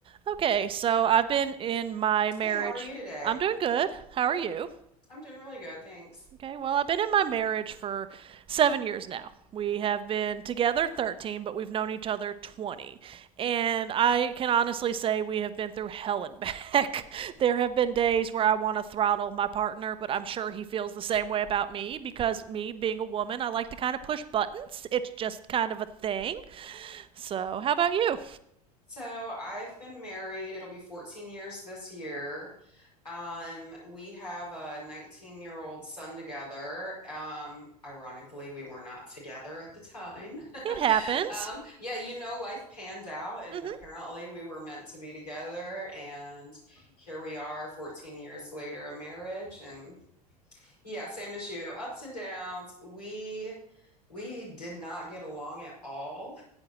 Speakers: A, on the right; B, on the left.
A: Okay, so I've been in my marriage.
B: Hey, how are you today?
A: I'm doing good. How are you?
B: I'm doing really good, thanks.
A: Okay, well, I've been in my marriage for seven years now. We have been together 13, but we've known each other 20. And I can honestly say we have been through hell and back. <laughs> there have been days where I want to throttle my partner, but I'm sure he feels the same way about me because, me being a woman, I like to kind of push buttons. It's just kind of a thing. So, how about you?
B: So, I've been married. It'll be 14 years this year. Um, we have a 19-year-old son together. Um, ironically, we were not together at the time. <laughs>
A: It happens.
B: Um, yeah, you know, life panned out, and
A: hmm
B: apparently we were meant to be together, and here we are 14 years later, a marriage, and yeah, same as you, ups and downs. We We did not get along at all.